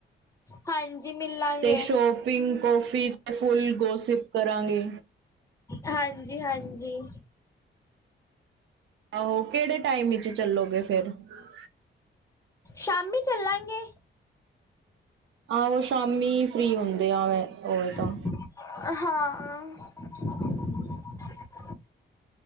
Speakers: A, on the left; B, on the right.
A: ਹਾਂਜੀ ਮਿਲਾਂਗੇ,
B: ਤੇ ਸ਼ੋ- ਸੋ਼ਪਿਗ, ਕੌਫੀ ਅਤੇ ਫੁੱਲ ਗੋਸਿਪ ਕਰਾਂਗੇ।
A: ਹਾਂਜੀ, ਹਾਂਜੀ।
B: ਆਹੋ ਕਿਹੜੇ ਟਾਈਮ ਵਿੱਚ ਚੱਲੋਗੇ ਫੇਿਰ? ਹ
A: ਸ਼ਾਮੀ ਚੱਲਾਂਗੇ।
B: ਆਹੋ ਸ਼ਾਮੀ ਫ੍ਰਰੀ ਹੁੰਦੇ ਆ ਮੈਂ। ਉਵੇਂ
A: ਹਾਂ।
B: ਤਾਂ